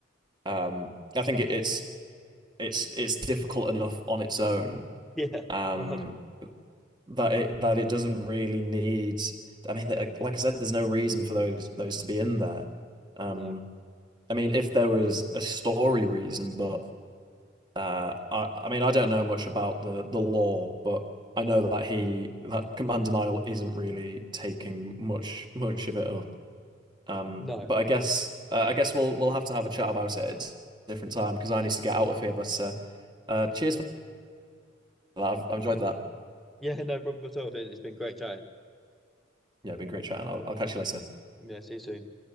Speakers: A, on the right (about 20°); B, in the centre.
A: Um, I think it, it's it's it's difficult enough on its own,
B: <laughs> Yeah,
A: um
B: 100.
A: that it that it doesn't really need I mean like like I said there's no reason for those those to be in there um
B: No,
A: I mean if there was a story reason but uh I I mean I don't know much about the the law but I know that he that command denial isn't really taking much much of it up um
B: no,
A: but I guess uh, I guess we'll we'll have to have a chat about it at a different time because I need to get out of here but uh, uh cheers for that I've, I've enjoyed that
B: yeah, no problem at all. It's been, it's been great chatting.
A: yeah been great chatting I'll, I'll catch you later
B: Yeah, see you soon.